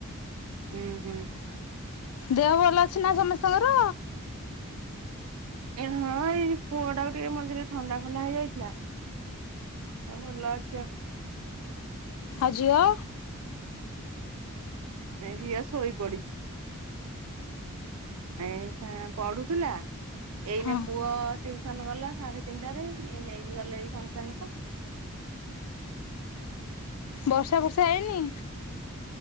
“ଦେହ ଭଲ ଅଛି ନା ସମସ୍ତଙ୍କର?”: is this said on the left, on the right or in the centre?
Left